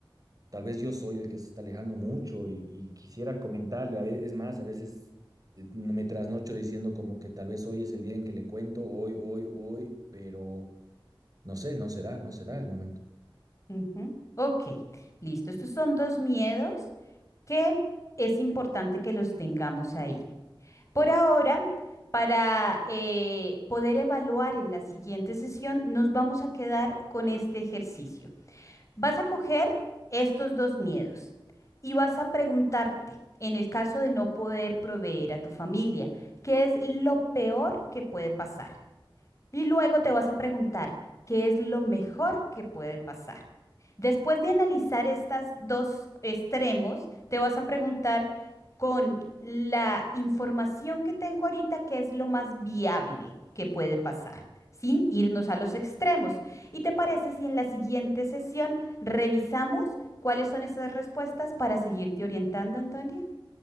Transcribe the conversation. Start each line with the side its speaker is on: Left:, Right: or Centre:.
Right: Tal vez yo soy el que se está alejando mucho y, y quisiera comentarle. A ve- es más, a veces eh, no, me trasnocho diciendo como que tal vez hoy es el día en que le cuento, hoy, hoy, hoy, pero no sé, no se da, no se da el momento.
Left: ujú, ok, listo. Estos son dos miedos que es importante que los tengamos ahí. Por ahora, para eh, poder evaluar en la siguiente sesión, nos vamos a quedar con este ejercicio. Vas a coger estos dos miedos y vas a preguntarte, en el caso de no poder proveer a tu familia, ¿qué es lo peor que puede pasar? Y luego te vas a preguntar, ¿qué es lo mejor que puede pasar? Después de analizar estos dos extremos, te vas a preguntar con la información que tengo ahorita, ¿qué es lo más viable que puede pasar? sin irnos a los extremos. ¿Y te parece si en la siguiente sesión revisamos cuáles son esas respuestas para seguirte orientando, Antonia?